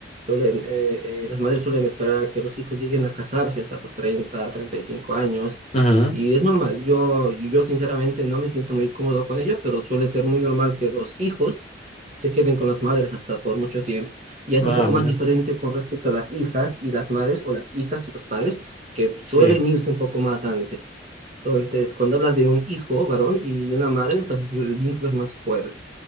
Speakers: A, on the right (about 40°); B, on the left (about 35°).
A: Suelen, eh, eh, las madres suelen esperar a que los hijos lleguen a casarse hasta los treinta, treinta y cinco años
B: Ujú.
A: y es normal. Yo, yo sinceramente no me siento muy cómodo con ello, pero suele ser muy normal que los hijos se queden con las madres hasta por mucho tiempo. Y es
B: Ah,
A: un poco
B: mira.
A: más diferente con respecto a las hijas y las madres o las hijas y los padres que suelen
B: Sí.
A: irse un poco más antes. Entonces, cuando hablas de un hijo varón y una madre, entonces el vínculo es más fuerte.